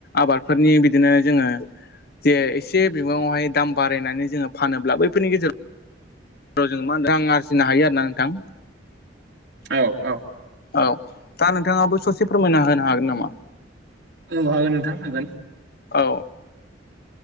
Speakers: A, on the left; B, on the right.
A: आबादफोरनि बिदिनो जोङो जे एसे बिबाङावहाय दाम बारायनानै जोङो फानोब्ला बैफोरनि गेजेराव जों मा होनो रां आरजिनो हायो आरोना नोंथां
B: औ औ
A: औ दा नोंथाङाबो ससे फोरमायना होनो हागोन नामा?
B: औ हागोन नोंथां हागोन
A: औ